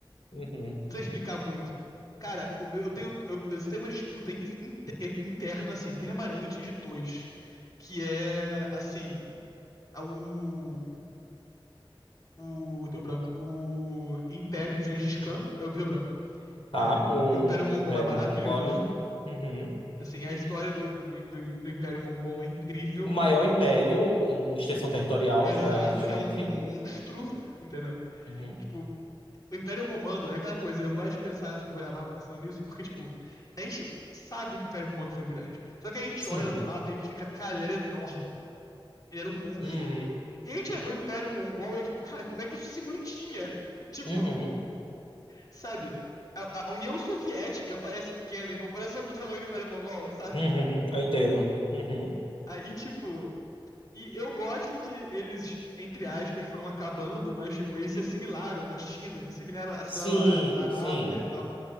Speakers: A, on the left (about 80°); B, on the left (about 40°).
A: Uhum.
B: Não sei explicar muito. Cara, o meu, eu tenho, eu, eu tenho uma disputa in- in- é, interna, assim, permanente de dois, que é, assim, a- o, o, deu branco, o Império do Gengis Khan, eu, deu branco,
A: Tá,
B: é,
A: o,
B: o Império Mongol
A: o Império
B: é maravilhoso,
A: um Volume. Uhum.
B: assim, a história do, do, do, do Império Mongol é incrível,
A: O maior império em extensão territorial
B: exato,
A: já existente.
B: é um monstro, <laughs> entendeu?
A: Uhum.
B: Tipo, O Império Romano é aquela coisa, eu gosto de pensar, olhar mapa pensando nisso, porque, tipo, a gente sabe que o Império Romano foi grande. Só que a gente
A: Sim.
B: olha no mapa e a gente fica, cara, ele era enorme. Ele era um monstro.
A: Uhum.
B: E a gente vê o Império Mongol e, é, tipo, cara, como é que isso se mantinha? <laughs> Tipo,
A: Uhum.
B: sabe? A, a União Soviética parece pequena em comparação com o tamanho do Império Mongol, sabe?
A: Uhum. Eu entendo. Uhum.
B: Aí, tipo, e eu gosto que eles, entre aspas, foram acabando, mas, tipo, eles se assimilaram à China, se assimilaram, assimilaram
A: Sim,
B: à Arábia
A: sim.
B: e tal.